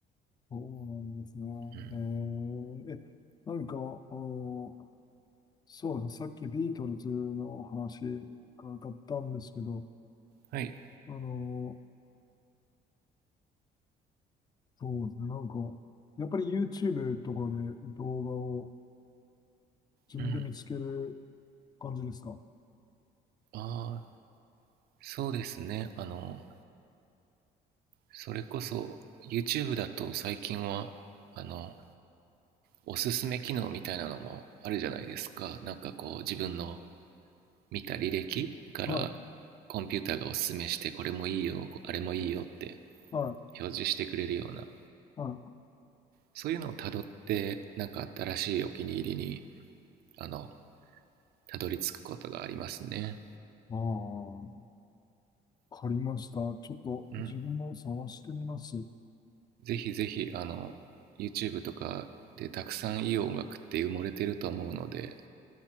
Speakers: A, on the left (about 25°); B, on the right (about 65°).
A: そうなんですね。
B: うん、
A: えー、え、何か、あの、そうですね、さっきビートルズの話があったんですけど、
B: はい、
A: あの、そうですね、なんか、やっぱり YouTube とかで動画を自分で見つける
B: うん、
A: 感じですかは
B: ああそうですねあのそれこそ YouTube だと最近はあのおすすめ機能みたいなのもあるじゃないですか。なんかこう自分の見た履歴から
A: い、
B: コンピューターがおすすめしてこれもいいよ、あれもいいよって
A: はい、
B: 表示してくれるような
A: はい。
B: そういうのをたどってなんか新しいお気に入りにあのたどり着くことがありますね。
A: ああ、わかりました。ちょっと自分も探してみます。
B: うん、うん、ぜひぜひあの YouTube とかでたくさんいい音楽って埋もれてると思うので